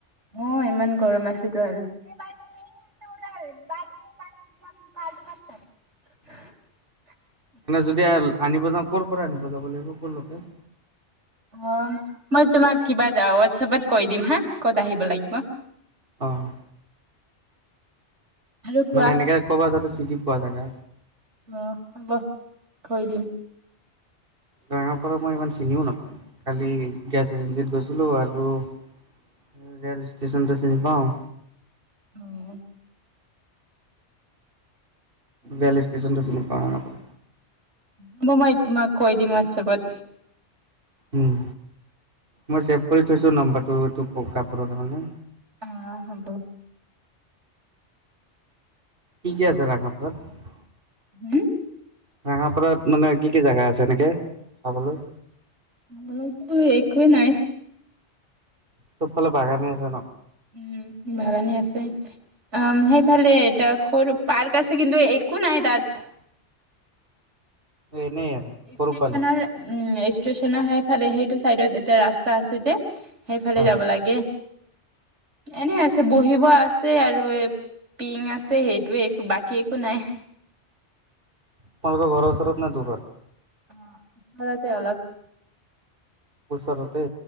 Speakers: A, on the right (about 80°); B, on the right (about 50°).
A: অ' ইমান গৰম আছিলে আৰু। <inaudible> <inaudible> <unintelligible>
B: যদি আনিব যাওঁ কৰ পৰা আনিব যাব লাগিব কৰ লৈকে?
A: অ' মই তোমাক কিবা হোৱাটছপত কৈ দিম হা ক'ত আহিব লাগিব।
B: অ'।
A: আৰু কোৱা
B: মানে এনেকে ক'ব যাতে চিটি পোৱা জেগা।
A: অ হ'ব কৈ দিম।
B: ৰঙাপাৰা মই ইমান চিনিও নাপাওঁ, কালি গেছ এজেঞ্চিত গৈছিলোঁ আৰু ৰে'ল ষ্টেশচনটো চিনি পাওঁ।
A: অ।
B: ৰেল ষ্টেশচনটো চিনি পাওঁ আৰু।
A: উম' হব মই তোমাক কৈ দিম হোৱাটছএপত।
B: উম মই চেভ কৰি থৈছোঁ নম্বৰটো, এইটো কাপোৰৰ কাৰণে।
A: অ' হ'ব।
B: কি কি আছে ৰঙাওপাৰাত?
A: হম?
B: ৰঙাপাৰাত মানে কি কি জেগা আছে এনেকে চাবলৈ?
A: চাবলৈ টো একোৱেই নাই।
B: সব ফালে বাগানেই আছে ন?
A: উম' বাগানে আছে। আম' সেইফালে এটা সৰু পাৰ্ক আছে কিন্তু একো নাই তাত।
B: এনেই আৰু! সৰু
A: ষ্টেচনৰ
B: পোৱালি
A: উ ষ্টেচনৰ সেইফালে সেইটো চাইডত এটা ৰাস্তা ৰাস্তা আছে যে সেইফালে
B: অ
A: যাব লাগে। এনে আছে, বহিব আছে আৰু এ পিং আছে, সেইটোয়ে একো বাকী একো নাই।
B: আপোনালোকৰ ঘৰৰ ওচৰত নে দূৰত?
A: অঁ, ওচৰতে অলপ!
B: ওচৰতে